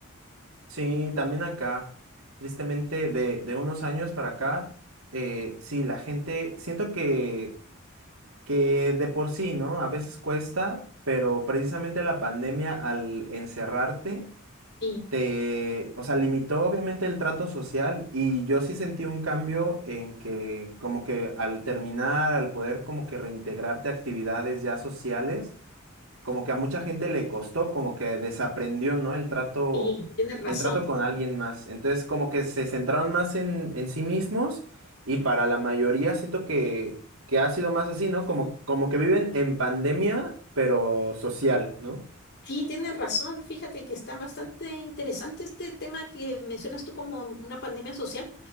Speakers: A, on the right; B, on the left.
A: Sí, también acá, tristemente, de, de unos años para acá, eh, sí, la gente, siento que, que de por sí, ¿no? A veces cuesta, pero precisamente la pandemia al encerrarte,
B: Sí,
A: te, o sea, limitó obviamente el trato social y yo sí sentí un cambio en que como que al terminar, al poder como que reintegrarte a actividades ya sociales, como que a mucha gente le costó, como que desaprendió, ¿no? El trato,
B: sí, tienes razón.
A: el trato con alguien más. Entonces, como que se centraron más en, en sí mismos y para la mayoría siento que, que ha sido más así, ¿no? Como, como que viven en pandemia, pero social, ¿no?
B: Sí, tienes razón. Fíjate que está bastante interesante este tema que mencionas tú como una pandemia social,